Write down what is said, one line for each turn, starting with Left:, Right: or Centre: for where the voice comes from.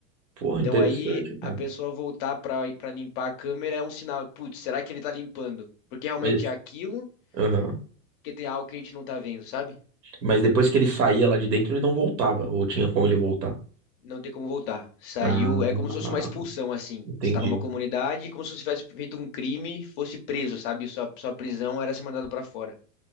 Right: Porra,
Left: Então
Right: interessante,
Left: aí
Right: cara.
Left: a pessoa voltar para para limpar a câmera é um sinal, putz, será que ele tá limpando? Porque realmente
Right: Mas,
Left: é aquilo,
Right: Aham.
Left: porque tem algo que a gente não tá vendo, sabe?
Right: Mas depois que ele saía lá de dentro, ele não voltava, ou tinha como ele voltar?
Left: Não tem como voltar. Saiu,
Right: Ah,
Left: é como se fosse uma expulsão, assim.
Right: entendi.
Left: Você tá numa comunidade, como se você tivesse feito um crime, fosse preso, sabe? Sua, sua prisão era ser mandado pra fora.